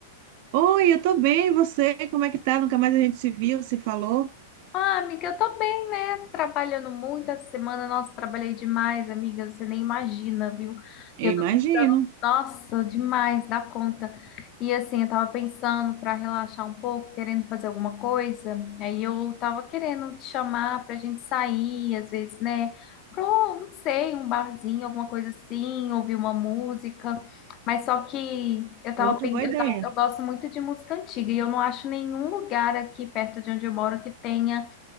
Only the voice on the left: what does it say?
Ah, amiga, eu tô bem, né? Trabalhando muito essa semana. Nossa, trabalhei demais, amiga. Você nem imagina, viu?
Eu
tô precisando, nossa, demais dá conta. E assim, eu tava pensando pra relaxar um pouco, querendo fazer alguma coisa. Aí eu tava querendo te chamar pra gente sair, às vezes, né? Pra, um, não sei, um barzinho, alguma coisa assim, ouvir uma música. Mas só que eu tava,
pen-
eu
tava, eu gosto muito de música antiga e eu não acho nenhum lugar aqui perto de onde eu moro que tenha